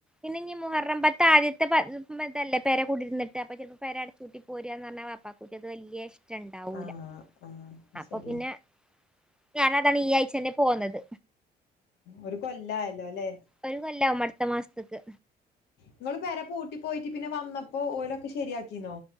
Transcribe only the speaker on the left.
ആഹ് ആഹ്
ശരിയാ
ഒരു കൊല്ലായാലോ അല്ലെ
നിങ്ങൾ പെര പൂട്ടി പോയിട്ട് പിന്നെ വന്നപ്പോ ഓരൊക്കെ ശരിയാക്കിന്നോ